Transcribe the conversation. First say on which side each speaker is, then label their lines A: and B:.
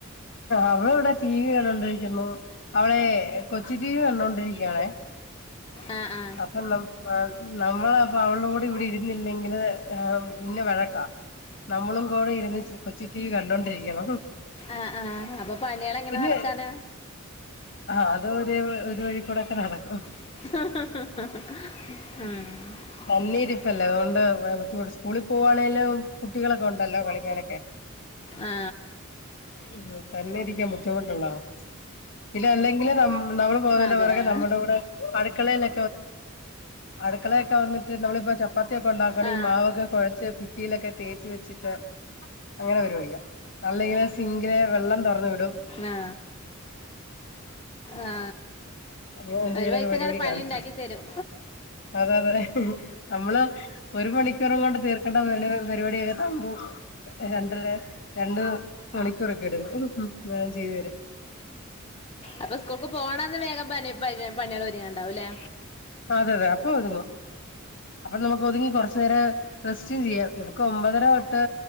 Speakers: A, on the left; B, on the left.
A: അവള് ഇവിടെ ടി വി കണ്ടോണ്ടിരിക്കുന്നു അവളെ കൊച്ച് ടിവി കണ്ടോണ്ടിരിക്കയാണെ
B: ആ ആ
A: അപ്പൊ ന നമ്മള് അപ്പ അവളോട് ഇവിടെ ഇരുന്നില്ലെങ്കില് ആ പിന്നെ വഴക്കാ നമ്മളും കൂടെ ഇരുന്ന് കൊച്ച് ടിവി കണ്ടോണ്ടിരിക്കണം
B: ആ ആ അപ്പൊ പണികള് എങ്ങനെ
A: കുഞ്ഞ്
B: നടത്താന
A: ആഹ് അത് ഒരു വഴി കൂടൊക്കെ നടക്കും
B: ഉം
A: തന്നെ ഇരിപ്പല്ലേ അതുകൊണ്ട് സ്കൂളിൽ പോകുവാണെങ്കിലും കുട്ടികളൊക്കെ ഉണ്ടല്ലോ കളിക്കാനൊക്കെ
B: ആ
A: ഉം തന്നെ ഇരിക്കാൻ ബുദ്ധി ദ്ധിമുട്ടുള്ളാ ഇല്ല അല്ലെങ്കിൽ നമ്മള്‌ പോകുന്ന
B: അതെ
A: പുറകെ
B: ആ
A: നമ്മുടെ കൂടെ അടുക്കളയിലൊ അടുക്കളയൊക്കെ വന്നിട്ട് നമ്മളിപ്പോ ചപ്പാത്തിയൊക്കെ ഉണ്ടാക്കാണ്ണേ
B: ആ
A: ഈ മാവൊക്കെ കുഴച്ച് ഭി ഭിത്തിയിലൊക്കെ തേച്ച് വെച്ചിട്ട് അങ്ങനെ പരിപാടിയാ <unintelligible> സിങ്കിലെ വെള്ളം തുറന്ന് വിടും
B: ആ ആ
A: അതുപോലെ എന്തെങ്കിലുമൊക്കെ
B: ഒരു വഴിക്ക്
A: പരിപാടി
B: അങ്ങനെ പണി
A: കാണും
B: ഉണ്ടാക്കി തരും
A: അതെ അതെ നമ്മള് ഒരു മണിക്കൂറും കൊണ്ട് തീർക്കേണ്ട പരിപാടിയൊക്കെ തമ്മു രണ്ടര രണ്ട് മണിക്കൂർ ഒക്കെ എടുക്കും എല്ലാം ചെയ്തുതീരാൻ
B: അപ്പൊ സ്കൂൾ ക്ക് പോണന്ന് വേഗം പണികൾ തീരെ ണ്ടാവുലേ
A: അതെ അതെ അപ്പോ ഒതുങ്ങും അപ്പൊ നമുക്ക് ഒതുങ്ങി കുറച്ച് നേരം റസ്റ്റും ചെയ്യാം ഇവക്ക് ഒമ്പതര തൊട്ട്